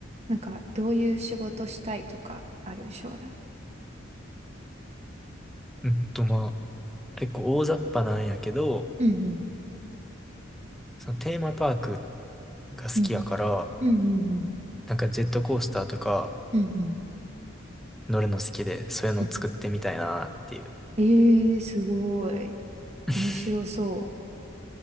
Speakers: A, on the right; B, in the centre.
A: なんか、どういう仕事したいとかある将来。
B: うんと、まあ、結構大雑把なんやけど、
A: うんうん。
B: そのテーマパークが好きやから、
A: うん。うんうんうん。
B: なんかジェットコースターとか
A: うんうん
B: 乗るの好きで、そういうの作ってみたいなっていう。
A: うん。ええー、すごい。
B: <laughs>
A: 面白そう。